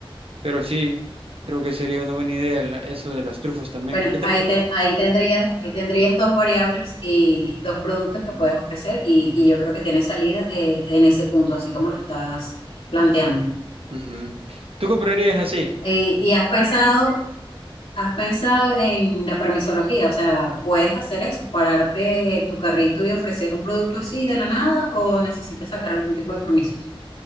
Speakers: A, on the right; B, on the left.
A: Pero sí, creo que sería una buena idea la- eso de las trufas también.
B: Bueno,
A: ¿Qué te
B: ahí,
A: pa-
B: te- ahí tendrías, ahí tendrías dos variables y dos productos que puedes ofrecer y, y yo creo que tienes salida eh, en ese punto, así como lo estás planteando.
A: Ujú. ¿Tú comprarías así?
B: Eh, ¿y has pensado, has pensado en la permisología? O sea, ¿puedes hacer eso, pararte tu carrito y ofrecer un producto así de la nada o necesitas sacar algún tipo de permisos?